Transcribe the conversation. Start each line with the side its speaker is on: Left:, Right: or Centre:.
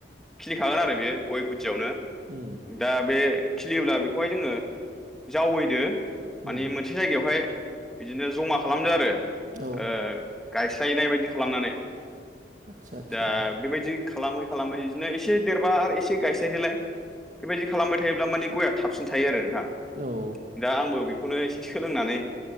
Centre: खिलिखागोन आरो बेयो गय गुदियावनो
Right: उम
Centre: दा बे खिलियोब्ला बेखौहाय जोङो जावैदो मानि
Right: उम
Centre: मोनसे जायगायावहाय बिदिनो जमा खालामदो आरो ओ
Right: औ
Centre: गायस्लायनाय बायदि खालामनानै।
Right: आदसा आदसा
Centre: दा बेबायदि खालामै खालामै बिदिनो एसे देरबा आरो एसे गायस्लायदोलाय। बेबायदि खालामबाय थायोब्ला माने गया थाबसिन थायो आरो नोंथां।
Right: औ
Centre: दा आंबो बेखौनो एसे सोलोंनानै